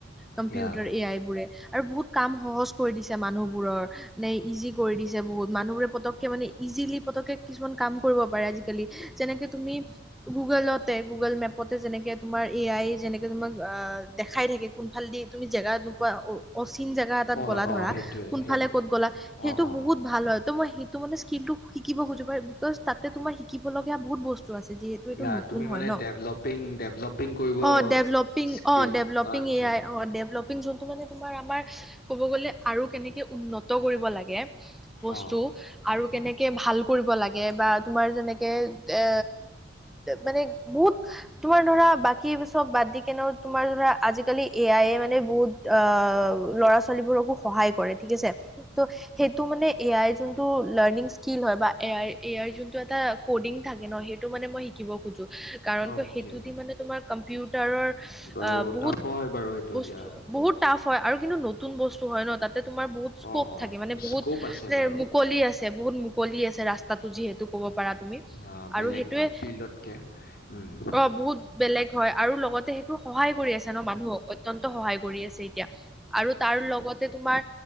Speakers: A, in the centre; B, on the left.
A: কম্পিউটাৰ
B: য়া
A: এ আই বোৰে আৰু বহুত কাম সহজ কৰি দিছে মানুহবোৰৰ। নে ইজি কৰি দিছে বহুত মানুহবোৰে পতককে মানে ইজিলি পতককে কিছুমান কাম কৰিব পাৰে আজিকালি যেনেকে তুমি গুগলতে গুগল মেপতে যেনেকে তোমাৰ এ আই যেনেকে তোমাক অ দেখাই থাকে। কোনফাল দি তুমি জেগাত নোপোৱা অচিন জেগাত
B: অ
A: গ'লা
B: অ
A: ধৰা
B: সেইটোৱে
A: কোনফালে
B: সেইটোৱে
A: ক'ত গ'লা সেইটো
B: অ অ
A: বহুত
B: অ
A: ভাল হয় ত' মই ত' মানে স্কিলটো শিকিব খুজিব বিকজ তাতে তোমাৰ শিকিব লগা বহুত বস্তু আছে যিহেতু এইটো
B: য়া
A: নতুন
B: তুমি মানে
A: হয় ন'
B: ডেভলপিং ডেভলপিং কৰিব
A: অ' ডেভলপিং
B: স্কি
A: অ' ডেভলপিং
B: আচ্ছা
A: এ আই অ ডেভলপিং যোনটো মানে তোমাৰ আমাৰ কব গলে আৰু কেনেকে উন্নত কৰিব লাগে। এপ বস্তু
B: অ',
A: আৰু কেনেকে ভাল কৰিব লাগে বা তোমাৰ যেনেকে এ মানে বহুত তোমাৰ ধৰা বাকী চব বাদ দি কেনে তোমাৰ ধৰা আজিকালি এ আই মানে বহুত আহ ল'ৰা ছোৱালীবোৰকো সহায় কৰে ঠিক আছে। ত' সেইটো মানে এ আইৰ যোনটো লাৰ্ণিং স্কিল হয় বা এ আই এ আইৰ যোনটো এটা ক'ডিং থাকে ন' সেইটো মানে মই শিকিব কাৰণটো
B: অ', অ'কে
A: সেইটো দি মানে তোমাৰ কম্পিউটাৰৰ
B: বাৰু
A: আ বহুত
B: টাফো হয় বাৰু সেইটো
A: বস্তু
B: ইয়া
A: বহুত টাফ হয় আৰু কিন্তু নতুন বস্তু হয় ন তাত তোমাৰ বহুত স্কপ
B: অ', অ',
A: থাকে মানে বহুত
B: স্ক'প আছে
A: মান
B: বাৰু
A: মুকলি
B: ইয়া
A: আছে বহুত মুকলি আছে ৰাস্ত তাতো যিহেতু ক'ব পাৰা তুমি
B: আ, বেলেগ
A: আৰু সেইটোয়ে
B: ফিল্ডতকে উম।
A: অ বহুত বেলেগ হয়, আৰু লগতে সেইটো সহায় কৰি আছে ন মানুহক। অত্যন্ত সহায় কৰি আছে এতিয়া আৰু তাৰ লগতে তোমাৰ